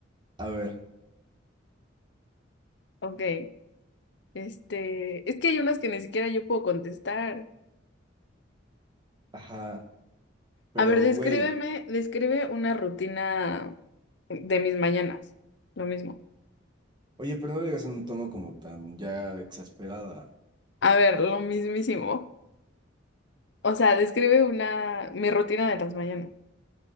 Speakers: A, on the right; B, on the left.
A: a ver,
B: Ok. Este, es que hay unas que ni siquiera yo puedo contestar.
A: ajá, pero
B: A ver, descríbeme,
A: güey,
B: describe una rutina de mis mañanas. Lo mismo.
A: oye, pero no lo digas en un tono como tan ya exasperada.
B: A ver, lo mismísimo. O sea, describe una, mi rutina de las mañanas.